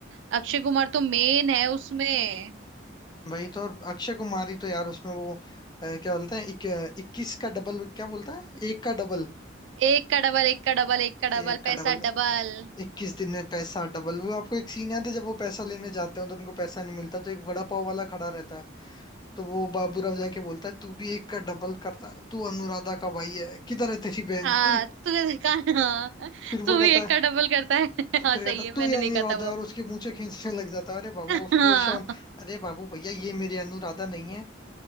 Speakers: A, on the right; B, on the left.
A: अक्षय कुमार तो मेन है उसमें
B: वही तो और अक्षय कुमार ही तो यार उसमें वो अ, क्या बोलते हैं इक, इक्कीस का डबल क्या बोलता है एक का डबल
A: एक का डबल एक का डबल एक का
B: एक
A: डबल
B: का
A: पैसा
B: डबल
A: डबल
B: इक्कीस दिन में पैसा डबल वो आपको एक सीन याद है जब वो पैसा लेने जाते हैं तो उनको पैसा नहीं मिलता तो एक वड़ा पाव वाला खड़ा रहता है तो वो बाबूराव जाके बोलता है तू भी एक का डबल करता है तू अनुराधा का भाई है किधर है तेरी बहन
A: हाँ
B: तू
A: तुझे देखा हाँ
B: फिर
A: तू
B: वो कहता
A: भी एक का डबल करता है <laughs>
B: है
A: हाँ
B: फिर
A: सही
B: कहता है
A: है मैंने
B: तू ही अनुराधा
A: देखा था वो
B: है", और उसके मूंछें खींचने लग जाता है अरे बाबू
A: हाँ
B: और फिर वो शाम अरे बाबू भैया ये मेरी अनुराधा नहीं है